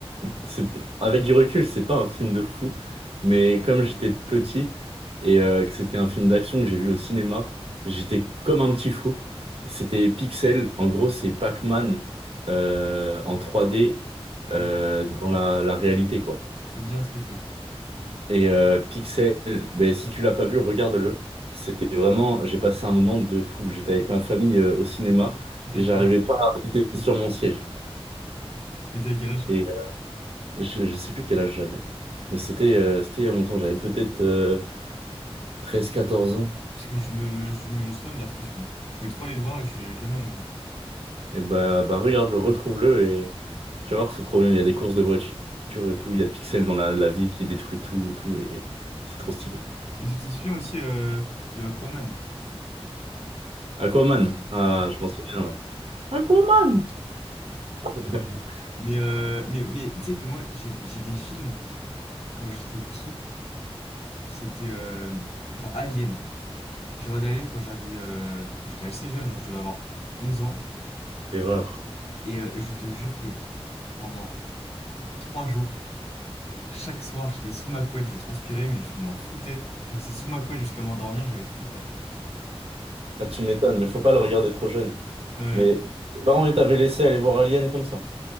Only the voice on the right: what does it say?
C'est- Avec du recul, c'est pas un film de fou, mais comme j'étais petit et euh, que c'était un film d'action que j'ai vu au cinéma, j'étais comme un petit fou. C'était Pixel, en gros, c'est Pac-Man euh, en 3D
euh, dans la, la réalité, quoi.
Et euh, Pixel, ben, si tu l'as pas vu, regarde-le. C'était vraiment, j'ai passé un moment de fou. J'étais avec ma famille euh, au cinéma
et j'arrivais
pas à rester sur mon siège.
Et Je, je sais plus quel âge j'avais, mais c'était euh, c'était il y a longtemps, j'avais peut-être euh, 13-14 ans.
Et bah, bah regarde-le, retrouve-le et tu vas voir, c'est trop bien. Il y a des courses de voitures et tout, il y a Pixel dans la, la ville qui détruit tout et tout, et c'est trop stylé.
Aquaman, ah, je m'en souviens, ouais. Aquaman! <laughs>
Erreur.
Ah, tu m'étonnes, mais faut pas le regarder trop jeune.
Mais tes parents, ils t'avaient laissé aller voir Alien comme ça.